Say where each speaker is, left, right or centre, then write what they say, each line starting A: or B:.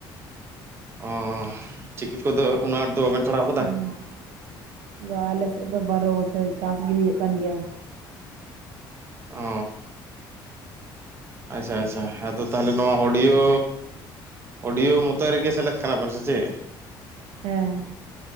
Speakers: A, on the right (about 30°); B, on the right (about 85°).
A: ᱚ ᱪᱤᱠᱤ ᱠᱚᱫᱚ ᱩᱱᱟᱹᱜ
B: <inaudible>
A: ᱟᱸᱴ ᱫᱚ ᱵᱟᱵᱮᱱ ᱥᱮᱬᱟᱣ ᱠᱟᱫᱟ
B: ᱵᱟ ᱟᱞᱮ ᱥᱮᱫ ᱫᱚ ᱵᱟᱨᱚ ᱵᱚᱪᱷᱚᱨ ᱪᱟᱥ ᱜᱮ ᱦᱩᱭᱩᱜᱭ ᱠᱟᱱ ᱜᱮᱭᱟ᱾
A: ᱚ ᱟᱪᱪᱷᱟ - ᱟᱪᱪᱷᱟ ᱟᱫᱚ ᱛᱟᱦᱚᱞᱮ ᱱᱚᱣᱟ ᱚᱰᱤᱭᱳ ᱚᱰᱤᱭᱳ ᱢᱚᱛᱚ ᱨᱮᱜᱮ ᱥᱮᱞᱮᱫ ᱠᱟᱱᱟ ᱵᱮᱱ ᱥᱮ ᱪᱮᱫ?
B: ᱦᱮᱸ᱾